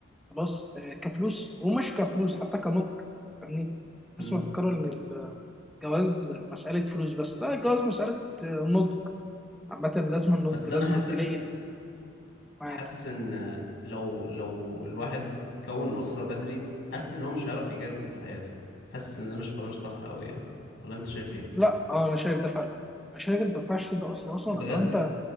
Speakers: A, in the centre; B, on the left.
A: خلاص آه، كفلوس ومش كفلوس حتى كنضج فاهمني
B: امم
A: الناس مفكرة إن الجواز مسألة فلوس بس، لا الجواز مسألة آه، نضج عامة لازم النضج
B: بس
A: لازم
B: انا حاسس
A: تلاقي ال- معاك
B: حاسس ان لو لو الواحد كون أسرة بدري حاسس ان هو مش هيعرف يجازف في حياته حاسس ان ده مش قرار صح قوي يعني ولا انت شايف ايه
A: لا اه انا شايف ده فعلا انا شايف انت ما ينفعش تبدا اصلا اصلا
B: بجد
A: لو انت